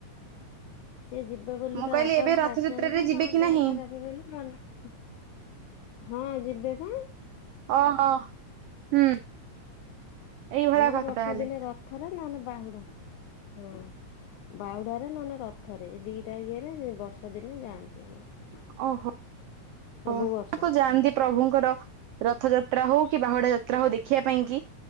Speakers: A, on the left (about 85°); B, on the right (about 85°).
A: ସିଏ ଯିବେ ବୋଲି
B: ମୁଁ
A: ତା
B: କହିଲି
A: ବାପା
B: ଏବେ
A: ବାହାରିଛନ୍ତି
B: ରଥଯାତ୍ରାରେ
A: ଯେ
B: ଯିବେ
A: ତାଙ୍କ
B: କି
A: ଦେହ
B: ନାହିଁ?
A: ଖରାପ ବୋଲି ମନା ହଁ ଯିବେ ଵା
B: ଓ ହୋ, ହୁଁ। ଏଇଭଳିଆ
A: ଆମର
B: କଥା
A: ବର୍ଷା
B: ତାହେଲେ
A: ଦିନେ ରଥରେ ନହେଲେ ବାହୁଡା ହୁଁ ବାଉଡାରେ ନା ନା ରଥରେ ଦିଟା ଇଏରେ ବର୍ଷା ଦିନେ ଯାଆନ୍ତି ଆମର
B: ଓହୋ
A: ସବୁ
B: ଓ ମୁଁ
A: ବର୍ଷ
B: ତ ଜାଣନ୍ତି ପ୍ରଭୁଙ୍କର ରଥ ଯାତ୍ରା ହଉ କି ବାହୁଡା ଯାତ୍ରା ହଉ ଦେଖିବା ପାଇଁ କି